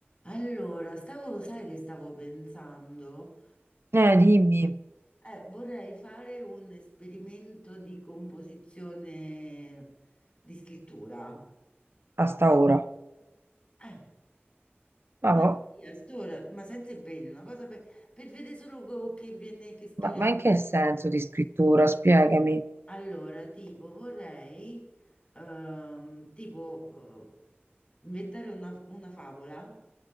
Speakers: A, on the left; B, on the right.
A: Allora, stavo, sai che stavo pensando?
B: Eh, dimmi,
A: Eh, vorrei fare un esperimento di composizione di scrittura.
B: a sta ora.
A: Eh,
B: Ma,
A: ma
B: va-
A: sì, a st'ora, ma senza impegno, una cosa per, per vedere solo co- che viene, che storia.
B: ma- ma in che senso di scrittura? Spiegami.
A: Allora, tipo, vorrei, ehm, tipo, eh, inventare una, una favola.